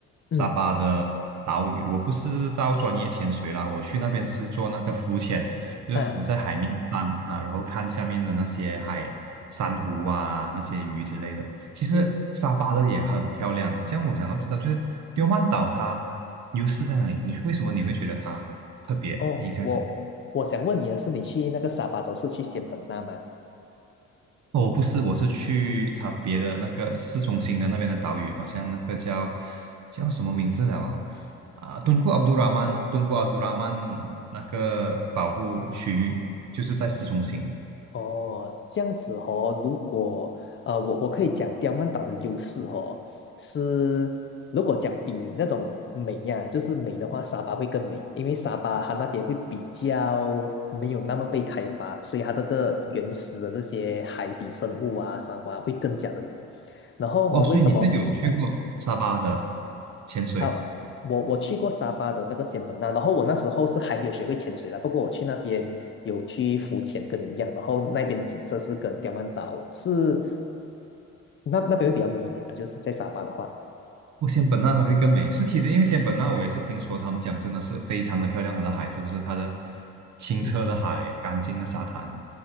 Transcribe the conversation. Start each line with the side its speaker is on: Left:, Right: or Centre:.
Right: 沙巴的岛屿，
Left: 嗯
Right: 我不是到专业潜水啦，我去那边是做那个浮潜，就是浮在海面上啊，
Left: 啊
Right: 然后看下面的那些海珊瑚啊，那些鱼之类的。其实沙巴的也很漂亮。
Left: 嗯
Right: 这样，我想要知道，就是丢曼岛它优势在哪里？你为什么你会觉得它？特别印象深刻。
Left: 哦，我我想问你的是，你去那个沙巴州是去仙本那吗？
Right: 哦，不是，我是去它别的那个市中心的那边的岛屿，好像那个叫叫什么名字了啊？啊，敦煌阿卜杜拉曼，敦煌阿卜杜拉曼那个保护区域就是在市中心的。
Left: 哦，这样子哦，如果呃，我我可以讲刁曼岛的优势哦，是如果讲比那种美呀、就是美的话，沙巴会更美，因为沙巴它那边会比较没有那么被开发，所以它这个原始的这些海底生物啊、沙瑚啊会更加的美。然后哦，
Right: 哦，所以你是有去过沙巴的
Left: 为什么？呃。
Right: 潜水？
Left: 啊，我我去过沙巴的那个仙本那，然后我那时候是还没有学会潜水的，不过我去那边有去浮潜，跟你一样，然后那边的景色是跟刁曼岛是那那边会比较美一点了，就是在沙巴的话，
Right: 我仙本那还会更美，是其实因为仙本那我也是听说他们讲真的是非常的漂亮，它的海是不是？它的清澈的海，
Left: 嗯，
Right: 干净的沙滩，